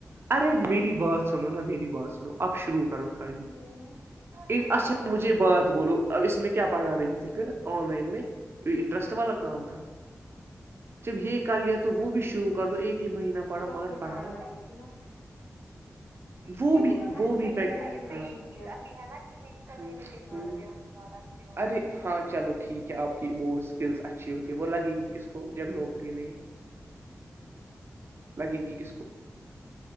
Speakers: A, on the right (about 45°); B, on the left (about 60°).
A: ارے میری بات سنو نہا میری بات سنو اب شروع کرو خالی
B: ہی نہیں ہے
A: ان اچھا مجھے بات تو بولو اب اس میں کیا پڑھا رہی تھی پھر آن لائن میں انٹرسٹ والا کام تھا جب یہ کر لیا تو وہ بھی شروع کر دو ایک ہی مہینہ پڑھا
B: رکھے
A: مگر پڑھاؤ
B: پڑا رہی تھی نا
A: وہ
B: لیکن
A: بھی
B: بتا
A: وہ
B: کہ
A: بھی
B: میری
A: چز
B: کمیونیکیشن
A: ہے
B: اسکلس
A: نا کہ
B: بہت اچھی
A: <unintelligible> ارے ہاں چلو ٹھیک ہے آپ کی وہ اسکلس اچھی ہوتی ہے وہ لگے گی کس کو جب نوکری نہیں لگے گ کس کو